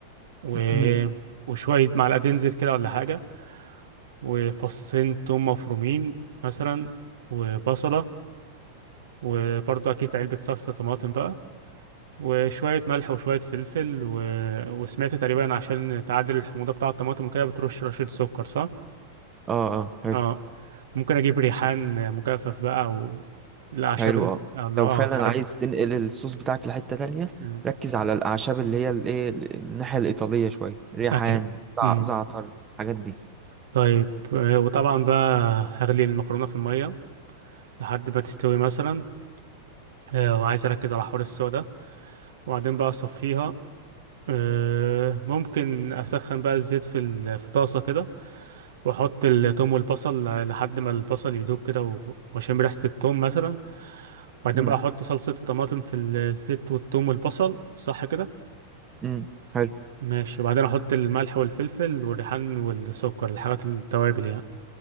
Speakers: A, on the right (about 65°); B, on the right (about 20°).
A: و...
B: <clears throat>
A: وشوية معلقتين زيت كده ولا حاجة وفصين توم مفرومين مثلا وبصلة وبرضه أكيد علبة صلصة طماطم بقى وشوية ملح وشوية فلفل و... وسمعت تقريبا عشان تعادل الحموضة بتاع الطماطم وكده بترش رشة سكر صح؟
B: اه اه حلو
A: اه ممكن أجيب ريحان مجفف بقى أو الأعشاب
B: حلو
A: ال...
B: اه
A: الله
B: لو
A: اه
B: فعلا
A: الحاجات
B: عايز
A: دي
B: تنقل الصوص بتاعك لحتة تانية
A: مم.
B: ركز على الأعشاب اللي هي الإيه الناحية الإيطالية شوية ريحان
A: أيوة.
B: زع-
A: مم.
B: زعتر الحاجات دي
A: طيب آه، وطبعا بقى هغلي المكرونة في المية لحد ما تستوي مثلا آه، وعايز اركز على حوار السوا ده وبعدين بقى اصفيها آه، ممكن اسخن بقى الزيت في ال- في طاسه كده واحط التوم والبصل لحد ما البصل يدوب كده و- واشم ريحه التوم مثلا وبعدين
B: مم.
A: بقى احط صلصه الطماطم في الزيت والتوم والبصل صح كده
B: مم. حلو
A: ماشي وبعدين احط الملح والفلفل والريحان والسكر الحاجات التوابل يعني